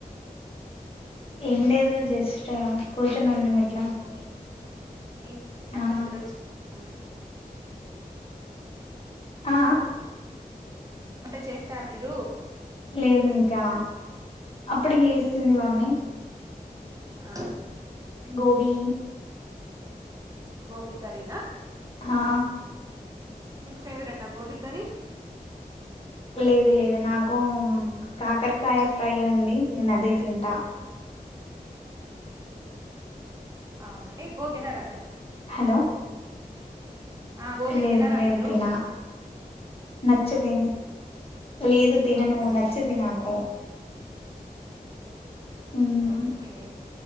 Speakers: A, on the left; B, on the right.
A: ఏం లేదు జస్ట్ కు అన్న మెట్ల
B: మేము ఏ
A: ఆ
B: వంట ప్రిపేర్ చేస్తున్నాను
A: ఆ
B: వంట చేస్తారు మీరు
A: లేదు ఇంకా అప్పుడు చేస్తుంది మమ్మీ
B: ఆ
A: గోబి
B: గోబీ కరీనా
A: హా
B: మీకు ఫేవరెట్ఆ గోబీ కర్రీ
A: లేదు లేదు నాకు కాకరకాయ ఫ్రై ఉంది నేను అదే తింటా
B: అవునండి గో తినరా మీరు
A: హలో
B: ఆ, గోబీ
A: లేదు
B: తినరా
A: లేదు
B: మీరు
A: తిన నచ్చది లేదు తినను
B: అవునా
A: నచ్చది నాకు ఉమ్
B: ఓకే